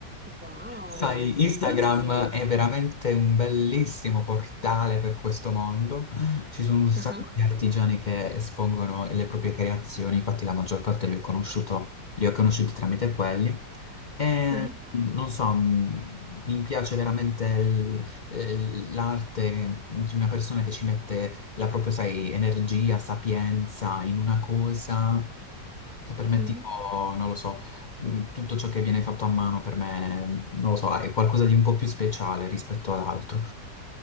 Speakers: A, in the centre; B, on the left.
A: wow,
B: Sai,
A: bellissimo.
B: Instagram è veramente un bellissimo portale per questo mondo. Ci sono un sacco
A: Ah, ah.
B: di artigiani che espongono le proprie creazioni, infatti la maggior parte li ho conosciuto, li ho conosciuti tramite quelli. E
A: mhm,
B: non so, mh, mi piace veramente il- eh, l'arte di una persona che ci mette la propria, sai, energia, sapienza in una cosa cioè, Per me,
A: mhm.
B: tipo, non lo so, mh, tutto ciò che viene fatto a mano per me, non lo so, è qualcosa di un po' più speciale rispetto ad altro.